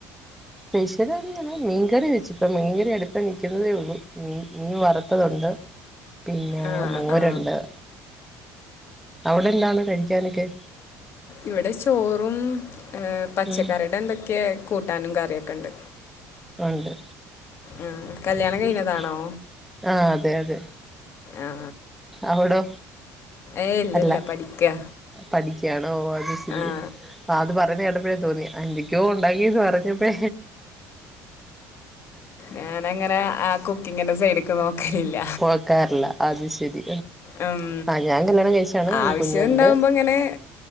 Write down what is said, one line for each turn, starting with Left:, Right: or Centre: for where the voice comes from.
Centre: സ്പെഷ്യല മീൻകറി വെച്ച ഇപ്പ മീൻകറി അടുപ്പേ നിൽക്കുന്നതേ ഉള്ളൂ മീ മീൻ വറുത്തതുണ്ട് <unintelligible> പിന്നെ
Left: ആ
Centre: മോരുണ്ട്
Left: ആ
Centre: അവിടെ എന്താണ് കഴിക്കാനൊക്കെ?
Left: ഇവിടെ ചോറും ഏ പച്ചക്കറിയുടെ
Centre: ഉം
Left: എന്തൊക്കെ കൂട്ട ട്ടാനും കറിയൊക്കെ ഉണ്ട്..
Centre: ഉണ്ട്
Left: ആ, കല്യാണം
Centre: അത് ശരി
Left: കഴിഞ്ഞതാണോ
Centre: ആ അതെ അതെ.
Left: ആ
Centre: അവിടോ?
Left: ഏ ഇല്ല
Centre: അല്ല
Left: ഇല്ല പഠിക്കുക
Centre: പഠിക്കയാണോ ഓ അത് ശരി.
Left: ആ
Centre: ആ അത് പറഞ്ഞ് കേട്ടപ്പോഴേ തോന്നി എന്തൊക്കെയോ ഉണ്ടാക്കിന്ന് പറഞ്ഞപ്പേ
Left: ഞാനങ്ങനെ ആ കുക്കിങ്ങിന്റെ സൈഡക്ക് നോക്കലില്ല.
Centre: നോക്കാറില്ല അത് ശരി.
Left: ഉം,
Centre: ആഹ് ഞാൻ കല്യാണം കഴിച്ചാണ്
Left: ആവശ്യം
Centre: കുഞ്ഞുണ്ട്.
Left: ഉണ്ടാവുമ്പോൾ ഇങ്ങനെ